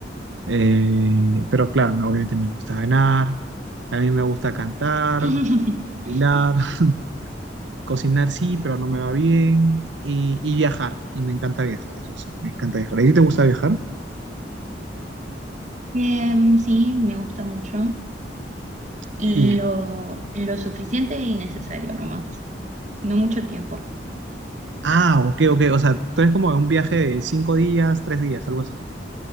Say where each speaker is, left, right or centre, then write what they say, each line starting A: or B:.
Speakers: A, on the right (about 75°); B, on the right (about 40°).
A: eh, pero claro, no, obviamente me gusta ganar, también me gusta cantar,
B: <laughs>
A: bailar, <laughs> cocinar sí, pero no me va bien, y, y viajar, y me encanta viajar, eso sí, me encanta viajar. ¿A ti te gusta viajar?
B: Em, sí, me gusta mucho. Lo,
A: Y,
B: lo suficiente y necesario nomás. No mucho tiempo.
A: ah, ok, ok, o sea, tú eres como de un viaje de cinco días, tres días, algo así.